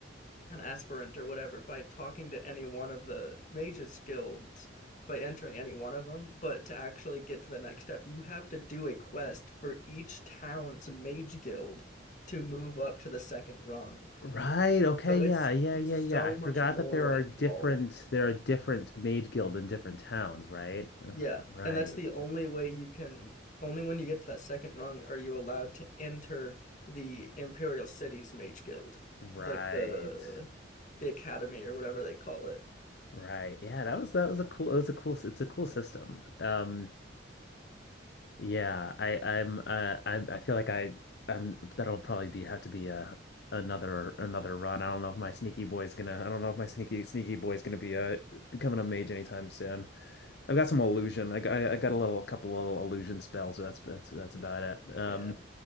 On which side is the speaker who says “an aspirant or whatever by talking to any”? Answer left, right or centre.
Left